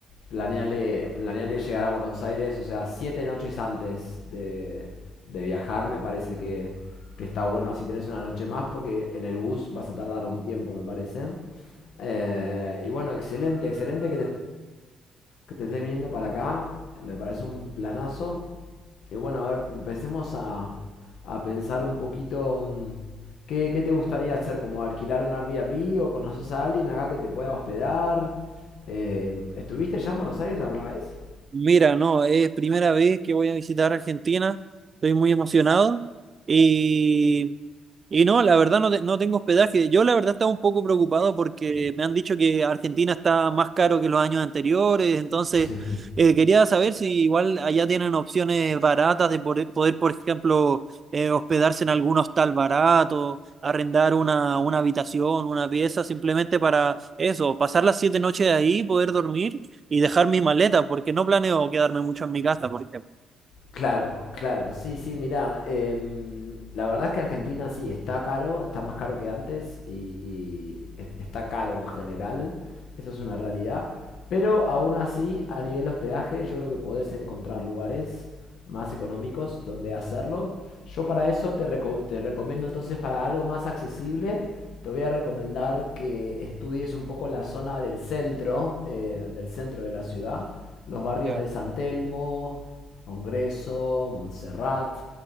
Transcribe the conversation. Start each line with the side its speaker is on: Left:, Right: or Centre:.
Left: planeale, planeale llegar a Buenos Aires, o sea, siete noches antes de, de viajar, me parece que, que está bueno, así tenés una noche más, porque en el bus vas a tardar un tiempo, me parece. Eh, y bueno, excelente, excelente que te, que te estés viniendo para acá, me parece un planazo. Y bueno, a ver, empecemos a, a pensar un poquito mm, ¿qué, qué te gustaría hacer, como alquilar un Airbnb o conoces a alguien acá que te pueda hospedar. Eh, ¿estuviste ya en Buenos Aires alguna vez?
Right: Mira, no, es primera vez que voy a visitar Argentina, estoy muy emocionado y, y no, la verdad no, te- no tengo hospedaje. Yo la verdad estaba un poco preocupado porque me han dicho que Argentina está más caro que los años anteriores, entonces
Left: Sí,
Right: eh, quería saber si igual allá tienen opciones baratas de poder, poder, por ejemplo, eh, hospedarse en algún hostal barato, arrendar una, una habitación, una pieza, simplemente para eso, pasar las siete noches ahí, poder dormir y dejar mis maletas, porque no planeo quedarme mucho en mi casa, por ejemplo.
Left: Claro, claro, sí, sí, mirá, em, la verdad es que Argentina sí, está caro, está más caro que antes y, y es- está caro en general, eso es una realidad, pero aún así a nivel hospedaje yo creo que podés encontrar lugares más económicos donde hacerlo. Yo para eso te, reco- te recomiendo entonces para algo más accesible, te voy a recomendar que estudies un poco la zona del centro, eh, del centro de la ciudad, los barrios
Right: Ya,
Left: de San Telmo Congreso, Montserrat,